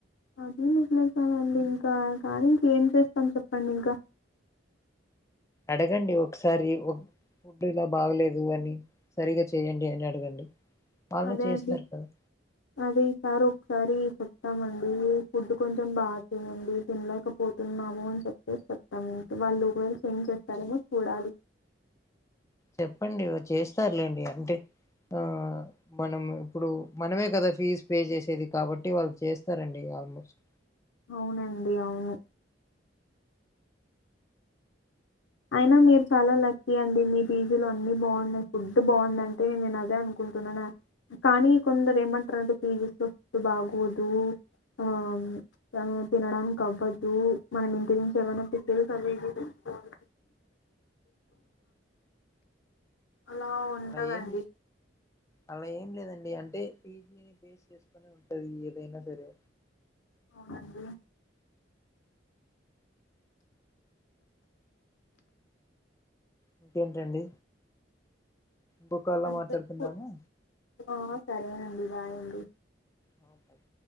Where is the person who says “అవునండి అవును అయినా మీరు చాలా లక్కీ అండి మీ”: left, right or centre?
Left